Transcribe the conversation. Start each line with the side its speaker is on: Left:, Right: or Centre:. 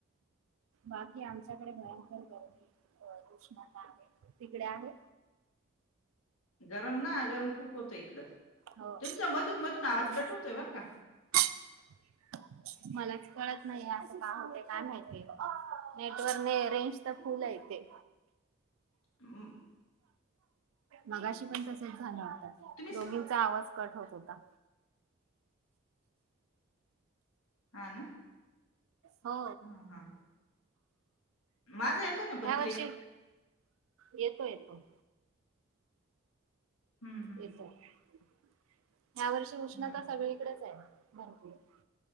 Right: बाकी आमच्याकडे भयंकर गर <unintelligible> उष्णता आहे तिकडे आहे.
Left: गरम ना गरम खूप होतं इकडं.
Right: हो
Left: तुमचा मधून मधून आवाज
Right: हो
Left: कट
Right: ना
Left: हुतोय बरं का?
Right: <inaudible> मलाच कळत नाही असं का हुतय काय माहिती नेटवर ने फ्रेंचचा फुल हाय तेे.
Left: हम्.
Right: मगाशी पण तसचं झाल हुतं
Left: तुम्ही
Right: दोघींचा
Left: स-
Right: आवाज कट होत होता.
Left: हाना.
Right: हो
Left: हा हा. माझा येतोय ना
Right: ह्या
Left: पण क्लिअर
Right: वर्षी येतो येतो
Left: हम्म हम्म
Right: तेच हाय ह्या वर्षी उष्णता
Left: हम्म
Right: सगळीकडचं हाय. <unintelligible>